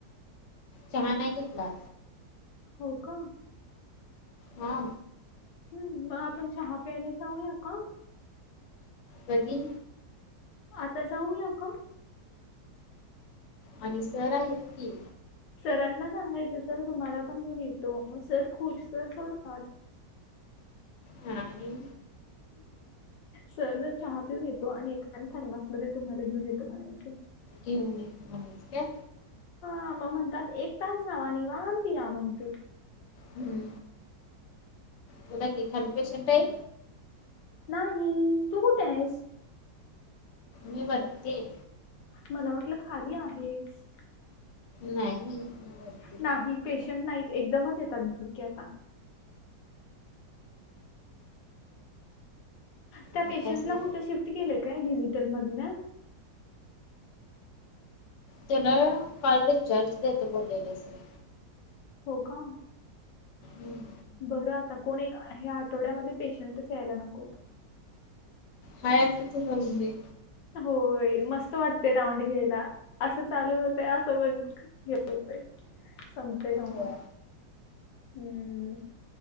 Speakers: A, on the left (about 60°); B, on the left (about 80°).
A: चहा नाही घेतला.
B: हो का
A: हा.
B: हम् मग आपण चहा प्यायला जाऊया का?
A: कधी?
B: आता जाऊया का?
A: आणि सर आहेत की,
B: सरांना सांगायचं सर तुम्हाला पण घेऊन येतो म सर खुश सर सोडतात.
A: हा आणि
B: सर जर चहा पिऊन येतो आणि येताना थर्मासमध्ये तुम्हाला घेऊन येतो म्हणायचं
A: घेऊन येतो म्हणायचं काय
B: हा मं म्हणतात एक तास जावा आणि निवांत या म्हणतील
A: हम्म बोला की, खाली पेशनट आहे.
B: नाही तू कुठ आहेस?
A: मी वरती ये.
B: मला वाटलं खाली आहेस.
A: नाय नी वर
B: नाही पेशंट नाहीत एकदमच येतात बघ की आता त्या पेशंटला
A: नाकाय सर
B: कुठं शिफ्ट केलंय काय डिजिटल मधल्या
A: त्याला काल डीचार्ज देतो बोललेले सर
B: हो का.
A: हम्म.
B: बरं आता कोण एक हया आठवड्यामध्ये पेशंटच यायला नकोत.
A: खायास तस करून दे.
B: होय मस्त वाटतय राऊंड घ्यायला असं चालू होतय असं बंद घेत होतंय संपतेय राउंड
A: होय
B: हम्म